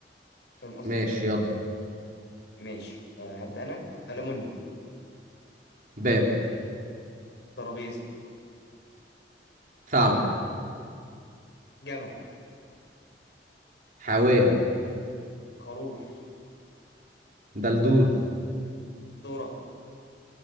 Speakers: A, on the left (about 80°); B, on the right (about 50°).
A: فاهم قصدي
B: ماشي يلا
A: ماشي آه هبدا انا المونيوم
B: باب
A: ترابيزه
B: ثعلب
A: جمل
B: حاوية
A: خروف
B: دلدول
A: ذرة